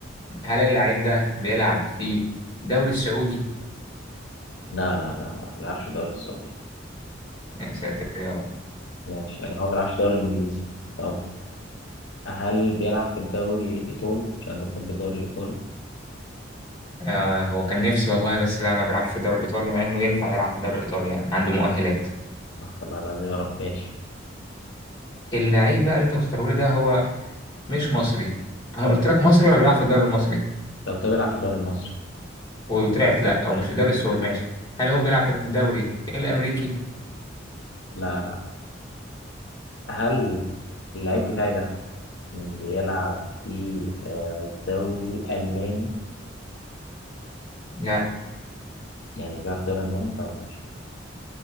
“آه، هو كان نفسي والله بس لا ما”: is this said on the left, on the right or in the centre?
Left